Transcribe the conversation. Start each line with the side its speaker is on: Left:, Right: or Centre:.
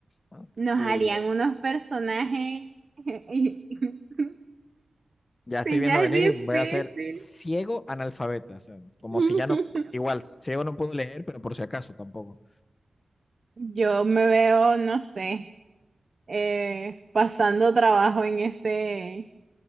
Left: ¿no?
Right: Nos
Left: Y
Right: harían unos personajes. <laughs>
Left: ya estoy
Right: Sí,
Left: viendo
Right: ya
Left: venir
Right: es difícil.
Left: y voy a ser ciego analfabeta, o sea, como
Right: <laughs>
Left: si ya no, igual, ciego no puedo leer, pero por si acaso tampoco.
Right: Yo me veo, no sé, eh, pasando trabajo en ese,